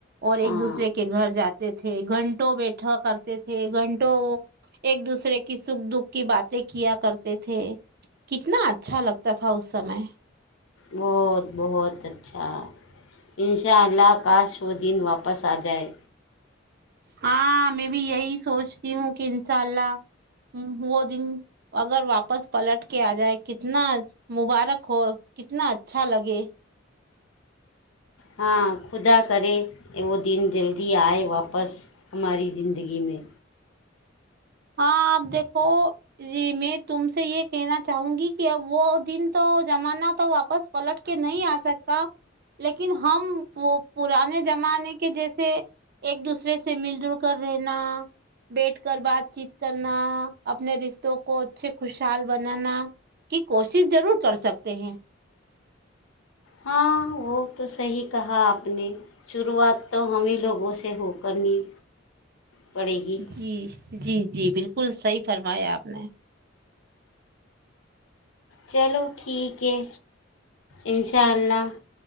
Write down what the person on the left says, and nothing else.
ہاں
بہت بہت اچھا اچھا ان شاء اللہ کاش وہ دن واپس واپس آ جائے
ہاں خدا کرے وہ دن جلدی آئے واپس ہماری زندگی میں
ہاں وہ تو صحیح کہا آپ نے شروعات تو ہمیں لوگوں سے ہو کرنی پڑے گی
چلو ٹھیک ہے ان شاء اللہ